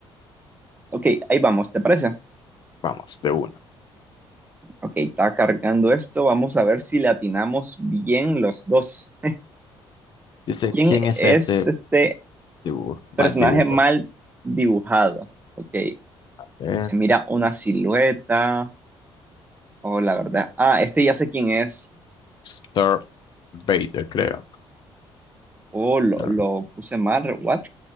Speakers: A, on the right (about 15°); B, on the left (about 50°).
A: ok, ahí vamos, ¿te parece?
B: Vamos, de uno.
A: Ok, está cargando esto. Vamos a ver si le atinamos bien los dos. <laughs>
B: Dice,
A: ¿Quién
B: ¿quién es
A: es
B: este
A: este
B: dibujo? Mal
A: personaje
B: dibujo.
A: mal dibujado? Ok,
B: Eh,
A: se mira una silueta. Oh, la verdad. Ah, este ya sé quién es.
B: Star Vader, creo.
A: Oh, lo,
B: Darth
A: lo puse mal. What?